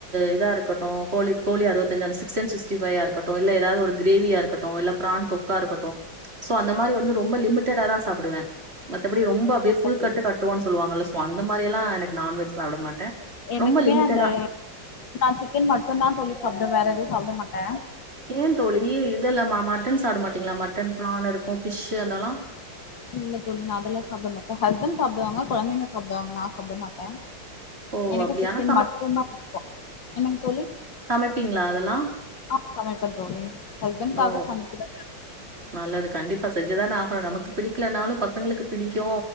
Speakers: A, on the right; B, on the left.
A: இதா இருக்கட்டு கோழி கோழி அறுவத்தஞ்சு அந்த சிக்கன் சிக்ஸ்டி ஃபைய்யா இருக்கட் இல்ல எதாது ஒரு கிரேவியா இருக்கட்டு இல்ல பிரான் தொக்கா இருக்கட்டு சோ அந்த மாரி வந்து ரொம்ப லிமிட்டடாதா சாப்புடுவே மத்தபடி ரொம்ப அப்டியே
B: சூப்பர்
A: ஃபுல்
B: தோழி
A: கட்டு கட்டுவோன் சொல்வாங்கல சோ அந்த மாரி எல்லா ஆ எனக்கு நான்வெஜ் சாப்பட மாட்ட
B: எனக்குமே
A: ரொம்ப லிமிட்டடா
B: அந்த நா சிக்கன் மட்டுந்தா தோழி சாப்டுவே வேற எதுவு சாப்ட மாட்ட
A: ஏ தோழி இதெல்லமா மட்டன் சாப்ட மாட்டிங்ளா மட்டன் ப்ரான் இருக்கு ஃபிஷ்ஷு அதெல்லா
B: இல்ல தோழி நா அதெல்லா சாப்ட மாட்ட ஹஸ்பெண்ட் சாப்டுவாங்க கொழந்தைங்க சாப்டுவாங்க நா சாப்ட மாட்ட
A: ஓ!
B: எனக்கு
A: அப்படியா?
B: சிக்கன்
A: ஆனா
B: மட்டுதா புடிக்கு என்னங் தோழி
A: சமைப்பீங்ளா அதெல்லா
B: ஆ சமைப்பே தோழி ஹஸ்பெண்ட்காக
A: ஓ!
B: சமைச்சுட்ட
A: நல்லது கண்டிப்பா செஞ்சுதான ஆகணு நமக்கு பிடிக்கலனாலு பசங்களுக்கு பிடிக்கு